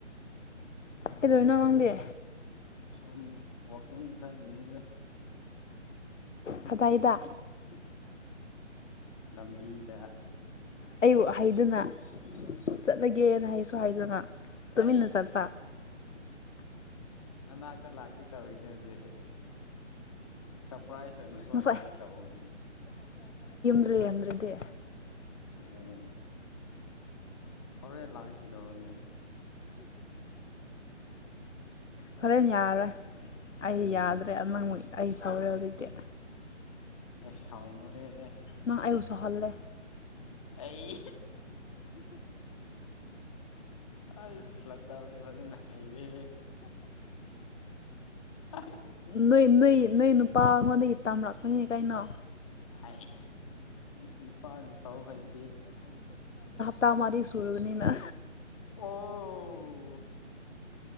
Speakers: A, on the left; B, on the left.
A: ꯑꯦ ꯂꯣꯏꯅꯣ ꯋꯥꯗꯦ
B: ꯁꯣꯝ ꯋꯥꯀꯤꯡ ꯆꯠꯉꯦ
A: ꯈꯗꯥꯏꯗ
B: ꯂꯝꯕꯤꯗ
A: ꯑꯩꯕꯨ ꯍꯥꯏꯗꯅ ꯆꯠꯂꯒꯦꯅ ꯍꯥꯏꯁꯨ ꯍꯥꯏꯗꯅ ꯇꯨꯃꯤꯟꯅ
B: ꯑꯩ
A: ꯆꯠꯄ
B: ꯅꯅꯥꯛꯇ ꯂꯥꯛꯄꯤꯏ ꯇꯧꯅꯦ ꯍꯧꯖꯤꯦ ꯁꯔꯄ꯭ꯔꯥꯏꯁ ꯑꯣꯏꯅꯀꯣ
A: ꯉꯁꯥꯏ
B: ꯂꯒꯦ ꯇꯧꯕ
A: ꯇ꯭ꯔꯦꯟꯗ꯭ꯔꯗꯤ
B: ꯑꯣꯝ ꯍꯔꯦ ꯂꯥꯛ ꯀꯗꯧꯔꯒ
A: ꯍꯣꯔꯦꯟ ꯌꯥꯔꯣꯏ ꯑꯩ
B: ꯀꯩꯒꯤ
A: ꯌꯥꯗ꯭ꯔꯦ ꯅ ꯅꯪꯨꯛ ꯑꯩ ꯁꯧꯔꯦ ꯍꯧꯖꯤꯛꯇꯤ
B: ꯑꯦ ꯁꯥꯎꯅꯔꯦ ꯑꯦ
A: ꯅꯪ ꯑꯩꯕꯨ ꯁꯥꯎꯍꯜꯂꯦ
B: ꯑꯩ ꯑ ꯐꯠꯇꯗꯤ ꯐꯖꯅ ꯏꯕꯤ ꯑ
A: ꯅꯣꯏ ꯅꯣꯏ ꯅꯣꯏ ꯅꯨꯄꯥꯉꯣꯟꯗꯒꯤ ꯇꯝꯔꯛꯄꯅꯤꯅꯦ ꯀꯩꯅꯣ
B: ꯑꯩꯁ ꯅꯨꯄꯥꯁꯤꯡ ꯇꯥꯎ ꯍꯩꯇꯦ
A: ꯇꯃꯗꯤ ꯁꯨꯔꯕꯅꯤꯅ
B: ꯑꯣ